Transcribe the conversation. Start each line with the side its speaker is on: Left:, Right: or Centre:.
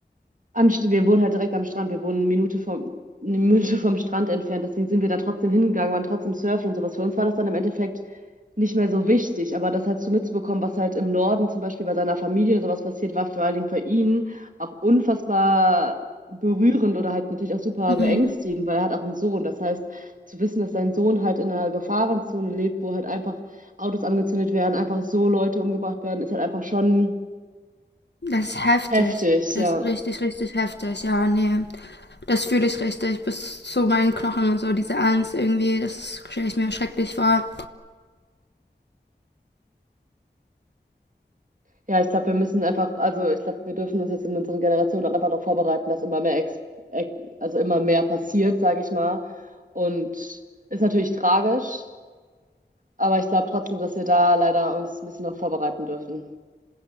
Right: Anst wir wohnen halt direkt am Strand. Wir wohnen eine Minute vom, eine Minute vom Strand entfernt. Deswegen sind wir da trotzdem hingegangen, waren trotzdem surfen und sowas. Für uns war das dann im Endeffekt nicht mehr so wichtig. Aber das halt so mitzubekommen, was halt im Norden zum Beispiel bei seiner Familie oder sowas passiert, war vor allen Dingen für ihn auch unfassbar berührend oder halt natürlich auch super
Left: Mhm.
Right: beängstigend, weil er hat auch einen Sohn. Das heißt, zu wissen, dass sein Sohn halt in einer Gefahrenzone lebt, wo halt einfach Autos angezündet werden, einfach so Leute umgebracht werden, ist halt einfach schon
Left: Das ist heftig.
Right: heftig,
Left: Das
Right: ja.
Left: ist richtig, richtig heftig. Ja, nee. Das fühle ich richtig bis zu meinen Knochen und so. Diese Angst irgendwie, das stelle ich mir schrecklich vor.
Right: Ja, ich glaube, wir müssen einfach, also ich glaube, wir dürfen uns jetzt in unseren Generationen auch einfach darauf vorbereiten, dass immer mehr Ex Ex also immer mehr passiert, sage ich mal. Und ist natürlich tragisch, aber ich glaube trotzdem, dass wir da leider uns ein bisschen noch vorbereiten dürfen.